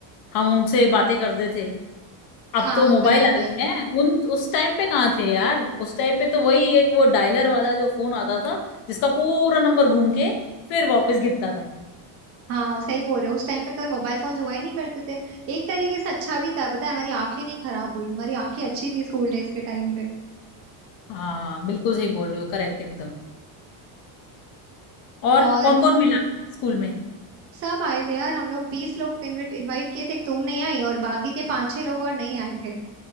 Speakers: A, on the left; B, on the right.
A: हम उनसे बातें करते थे अब
B: हाँ
A: तो मोबाइल
B: बराबर
A: आ गए हैं उन उस टाइम पे कहाँ थे यार उस टाइम पे तो वही एक वो डायलर वाला जो फोन आता था जिसका पूरा नंबर घूम के फिर वापस गिरता था
B: हाँ सही बोल रहे हो उस टाइम पे तो मोबाइल फोन हुआ ही नहीं करते थे एक तरीके से अच्छा भी था पता है हमारी आंखें नहीं खराब हुई हमारी आंखें अच्छी थी स्कूल डेज के टाइम पे
A: हाँ बिल्कुल सही बोल रही हो करेक्ट एकदम और
B: और
A: कौन कौन मिला स्कूल में
B: सब आए थे यार हम लोग बीस लोग इनविट इनवाइट किए थे तुम नहीं आई और बाकी के पांच छह लोग और नहीं आए थे